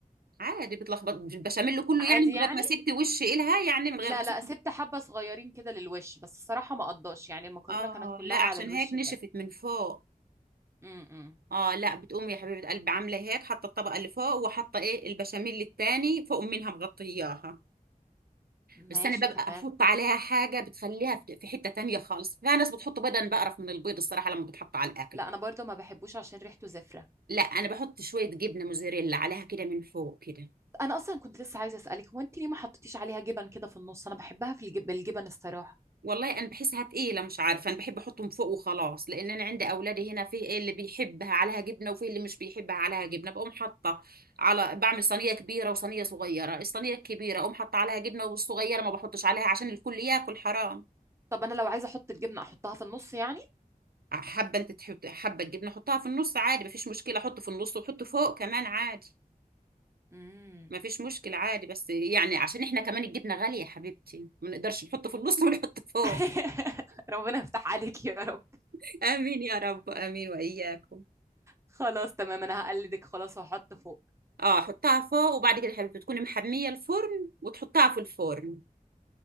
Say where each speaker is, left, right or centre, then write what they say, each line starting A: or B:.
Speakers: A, on the right; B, on the right.
A: عادي بتلخبط البشاميل كله
B: عادي
A: يعني من
B: يعني
A: غير ما سبت وش إلها يعني من
B: لا
A: غير ما سبت
B: لا سبت حبه صغيرين كده للوش بس الصراحه ما قضاش يعني المكرونه
A: اه
B: كانت كلها
A: لا
B: على
A: عشان
B: الوش
A: هيك نشفت
B: كده
A: من فوق
B: امم
A: اه لا بتقوم يا حبيبه قلبي عامله هيك حاطه الطبقه اللي فوق وحاطه ايه البشاميل التاني فوق منها مغطياها
B: ماشي
A: بس انا ببقى
B: تمام
A: احط عليها حاجه بتخليها في في حته تانية خالص فيها ناس بتحط بيض انا بقرف من البيض الصراحه لما بتحط على الاكل
B: لا انا برضه ما بحبوش عشان ريحته زفره
A: لا انا بحط شويه جبنه موزاريلا عليها كده من فوق كده
B: انا اصلا كنت لسه عايزه اسالك هو انت ليه ما حطيتيش عليها جبن كده في النص انا بحبها في الجب... بالجبن الصراحه
A: والله انا بحسها تقيله مش عارفه انا بحب احطهم فوق وخلاص لان انا عندي اولادي هنا في إيه اللي بيحبها عليها جبنه وفي اللي مش بيحبها عليها جبنه بقوم حاطه على بعمل صينيه كبيره وصينيه صغيره الصينيه الكبيره اقوم حاطه عليها جبنه والصغيره ما بحطش عليها عشان الكل ياكل حرام
B: طب انا لو عايزه احط الجبنه احطها في النص يعني
A: حابه انت تحط حابه الجبنه حطها في النص عادي مفيش مشكله حط في النص وحط فوق كمان عادي
B: امم
A: مفيش مشكله عادي بس يعني عشان احنا كمان الجبنه غاليه يا حبيبتي ما نقدرش نحط في النص ونحط فوق
B: <laughs> ربنا يفتح عليك يا رب
A: <laughs> امين يا رب امين واياكم
B: خلاص تمام انا هقلدك خلاص واحط فوق
A: اه حطها فوق وبعد كده يا حبيبتي تكوني محميه الفرن وتحطها في الفرن